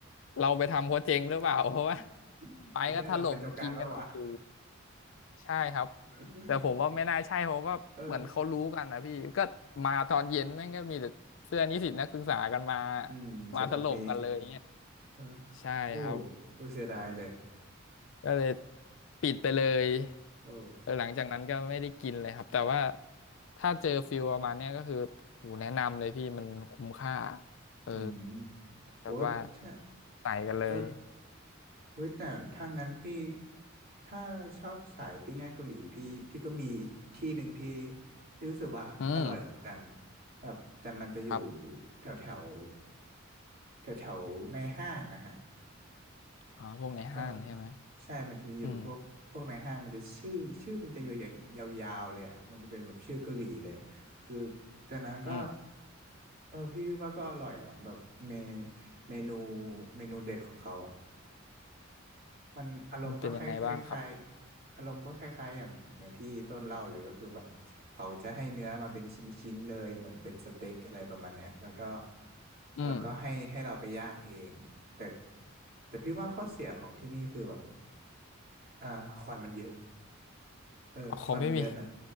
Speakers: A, on the left; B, on the right.
A: เราไปทำเขาเจ๊งหรือเปล่าเพราะว่า
B: <laughs>
A: ไปก็ถล่มกินกันโอ้โห
B: ไอ้เหี้ยเราเป็นตัวการปะวะ
A: ใช่ครับ
B: <laughs>
A: แต่ผมว่าไม่น่าใช่เพราะว่าเหมือนเขารู้กันนะพี่
B: เออ
A: ก็มาตอนเย็นแม่งก็มีแต่เสื้อนิสิตนักศึกษากันมา
B: อืมใช่ปะ
A: มาถล่มกันเลยเงี้ย
B: มีเออ
A: ใช่ครับ
B: โอ้โอ้เสียดายเลย
A: ก็เลยปิดไปเลย
B: โอ้
A: เออหลังจากนั้นก็ไม่ได้กินเลยครับแต่ว่าถ้าเจอฟิลประมาณเนี้ยก็คือโหแนะนำเลยพี่มันคุ้มค่าเออ
B: อืมโอ้ถ้า
A: แบบว่าไต่กันเลย
B: เออ เฮ้ยแต่ถ้างั้นพี่ถ้าชอบสายปิ้งย่างเกาหลีพี่พี่ก็มีที่หนึ่งที่ที่รู้สึกว่าอร่อยเหมือนกัน
A: อืม
B: แบบแต่มันจะอยู่
A: ครับ
B: แถวแถวแถวแถวๆในห้างนะฮะ
A: อ๋อพวกในห้างใช่ไหม
B: เออใช่มันจะอยู่พวกพวกในห้างมันจะชื่อชื่อมันจะยา
A: อืม
B: วยาวๆเลยอ่ะมันจะเป็นแบบชื่อเกาหลีเลยคือแต่นั้นก็
A: อืม
B: เออพี่ว่าก็อร่อยนะแบบเมเมนูเมนูเด็ดของเขาอ่ะ มันอารมณ์ก็คล้ายคล้ายๆอารมณ์ก็คล้ายๆอย่างอย่างที่ต้นเล่าเลยก็คือแบบเขาจะให้เนื้อมาเป็นชิ้นๆเลยเหมือนเป็นสเต็กอะไรประมาณเนี้ยแล้วก็
A: มันเป็นยังไงบ้างครับอืม
B: แล้วก็ให้ให้เราไปย่างเองแต่แต่พี่ว่าข้อเสียของที่นี่คือแบบอ่าควันมันเยอะเออควันมันเยอะหน่อย
A: อ๋อเขาไม่มี